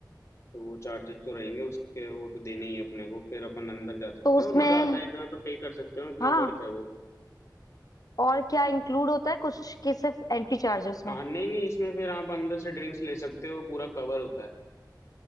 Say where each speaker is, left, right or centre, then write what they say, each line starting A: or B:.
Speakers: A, on the left; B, on the left.
A: तो वो चार्जेस तो रहेंगे उसके वो तो देने ही हैं अपने को फिर अपन अंदर जा सकते
B: तो उसमें
A: हैं और मजा आता है इतना तो पे कर सकते हो इतना
B: हाँ
A: वर्थ है वो
B: और क्या इंक्लूड होता है कुछ कि सिर्फ एंट्री चार्ज है उसमें
A: हाँ नहीं नहीं इसमें फिर आप अंदर से ड्रिंक्स ले सकते हो पूरा कवर होता है